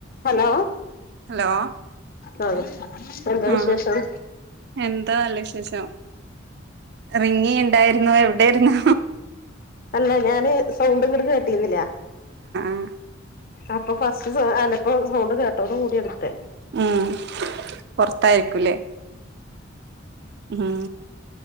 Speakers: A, on the left (about 50°); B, on the right (about 60°).
A: Hello
B: hello
A: ആ എന്താ
B: ആഹ
A: വിശേഷം
B: എന്താ അല്ല വിശേഷം റിങ്ങി ഉണ്ടായിരുന്നു എവിടൊയിരുന്നു
A: അല്ല ഞാന് സൗണ്ടും കുറക്ക് കെട്ടിുന്നില്ല
B: ആ
A: അപ്പൊ ഫസ്റ്റ് അതിപ്പോ സൗണ്ട് കേട്ടോട കൂടി എടുത്ത
B: ഉം പൊറത്തായിരിക്കൂല്ലേ ഉം